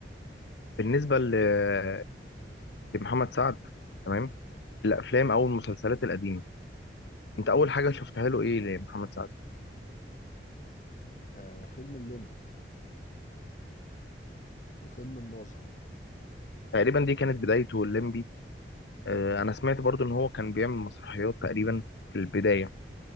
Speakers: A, on the left; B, on the left.
A: بالنسبة ل- لمحمد سعد تمام الافلام او المسلسلات القديمة انت اول حاجة شفتها له ايه لمحمد سعد
B: آه فيلم الليمبي وفيلم الناظر
A: تقريبا دي كانت بدايته الليمبي آه، انا سمعت برضو ان هو كان بيعمل مسرحيات تقريبا في البداية